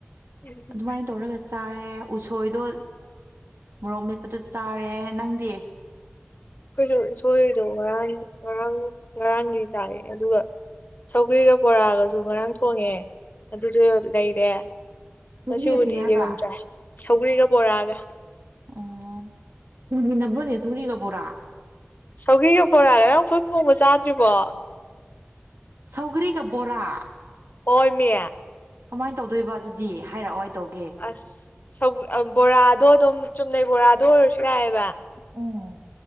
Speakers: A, on the left (about 45°); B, on the right (about 70°).
A: ꯑꯩꯈꯣꯏꯁꯨ
B: ꯑꯗꯨꯃꯥꯏꯅ ꯇꯧꯔꯒ ꯆꯥꯔꯦ ꯎꯁꯣꯏꯗꯣ ꯃꯣꯔꯣꯛ ꯃꯦꯠꯄꯗꯣ ꯆꯥꯔꯦ ꯅꯪꯗꯤ
A: ꯑꯈꯣꯏꯁꯨ ꯎꯁꯣꯏꯗꯣ ꯉꯔꯥꯡ ꯉꯔꯥꯡ ꯉꯔꯥꯡꯒꯤ ꯆꯥꯔꯦ ꯑꯗꯨꯒ ꯁꯧꯒ꯭ꯔꯤꯒ ꯕꯣꯔꯥꯒꯁꯨ ꯉꯔꯥꯡ ꯊꯣꯡꯉꯦ ꯑꯗꯨꯁꯨ ꯂꯩꯔꯦ
B: ꯁꯧꯒ꯭ꯔꯤꯒ
A: ꯉꯁꯤꯕꯨꯗꯤ
B: ꯀꯔꯤ ꯍꯥꯏꯕ
A: ꯌꯦꯔꯨꯝ ꯆꯥꯏ ꯁꯧꯒ꯭ꯔꯤꯒ ꯕꯣꯔꯥꯒ
B: ꯑꯣ <unintelligible> ꯁꯧꯒꯔ꯭ꯤꯒ ꯕꯣꯔꯥ
A: ꯁꯧꯒꯤꯒ ꯕꯣꯔꯥꯒ ꯅꯪ ꯄꯨꯟ ꯊꯣꯡꯕ ꯆꯥꯗ꯭ꯔꯤꯕꯣ
B: ꯁꯧꯒꯔꯤꯒ ꯕꯣꯔꯥ
A: ꯍꯣꯏꯃꯤ
B: ꯀꯃꯥꯏ ꯇꯧꯗꯣꯏꯕ ꯑꯗꯨꯗꯤ ꯍꯥꯏꯔꯛꯑꯣ ꯇꯧꯒꯦ
A: ꯑꯁ ꯕꯣꯔꯥꯗꯣ ꯑꯗꯨꯝ ꯆꯨꯝꯅꯩ ꯕꯣꯔꯥꯗꯣ ꯑꯣꯏꯔꯁꯨ ꯌꯥꯏꯑꯕ
B: ꯎꯝ